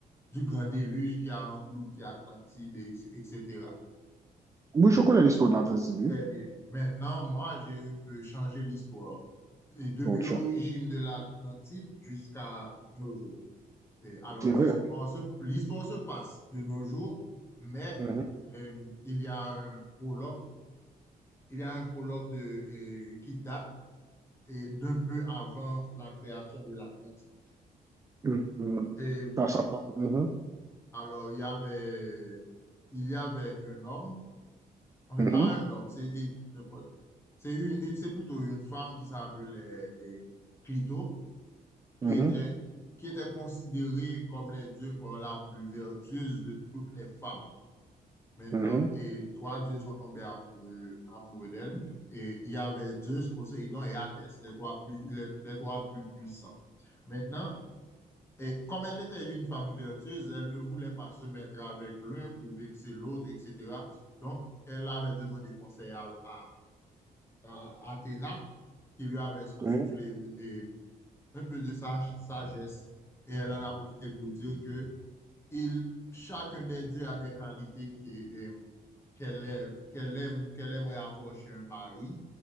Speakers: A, on the left; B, on the right.
A: du grand déluge qui a englouti Atlantide, et- etc.
B: Oui, je connais l'histoire de la Tanzanie.
A: Très bien. Maintenant, moi, j'ai un peu changé l'histoire. Et depuis
B: Donc,
A: l'origine
B: tu-
A: de l'Atlantide jusqu'à nos jours. Et alors,
B: c'est vrai.
A: l'histoire se, l'histoire se passe de nos jours, mais
B: Mhm.
A: euh, il y a un prologue, il y a un prologue de, euh, qui date euh, d'un peu avant la création de l'Atlantide.
B: Mhm.
A: Et
B: Ça, ça prend. Mhm.
A: alors, il y avait, il y avait un homme Enfin,
B: Mhm.
A: pas un homme, c'est il- c'est une- une- c'est plutôt une femme qui s'appelait euh, euh, Clito, qui
B: Mhm.
A: était, qui était considérée comme les dieux pour la plus vertueuse de toutes les femmes. Maintenant,
B: Mhm.
A: et trois dieux sont tombés amoureux, amoureux d'elle. Et il y avait Zeus, Poséidon et Hadès, les trois plus, les, les trois plus puissants. Maintenant, et comme elle était une femme vertueuse, elle ne voulait pas se mettre avec l'un pour vexer l'autre, etc. Donc, elle avait demandé conseil à, à à Athéna qui lui avait
B: Oui,
A: soufflé et un peu de sa sagesse et elle en a profité pour dire que il, chacun des dieux a des qualités qui, euh, qu'elle aime, qu'elle aime- qu'elle aimerait avoir chez un mari,